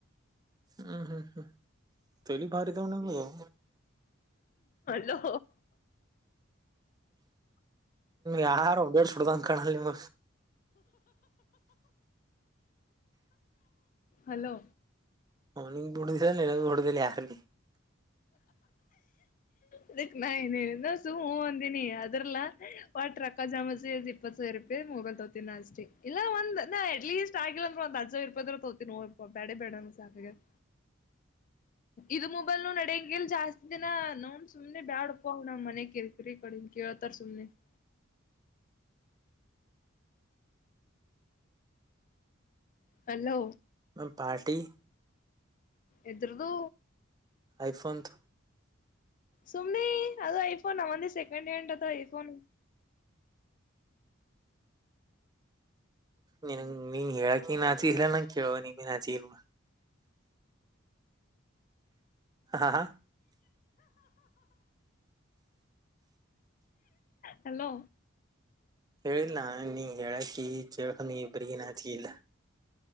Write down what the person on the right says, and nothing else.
ಹ್ಮ್ ಹ್ಮ್ ಹ್ಮ್ ತೇಲಿ ಬಾರಿ ಈದ್ಗಾ ಆದ.
ಯಾರು ಬೇಡ್ ಸುಡ್ದ ಅಂದ ಕಾಣಲ್ ನಿಮ
<unintelligible>
ನನ್ನ ಪಾರ್ಟಿ.
ಐಫೋನ್ದು.
ನೀ ನೀನ್ ಹೇಳಕ ನಾಚಿ ಇಲ್ಲ ನಂಗ ಕೇಳೋನಿಗಿ ಬೀ ನಾಚಿಗಿ ಇಲ್. ಹಾ ಹಾ.
ಹೇಳಿಲ್ಲಾ ನೀ ಹೇಳಕಿ ಈ ಚೇಳ್ಕ ನೀ ಇಬರಿಗಿ ನಾಚಿಕೆ ಇಲ್ಲ.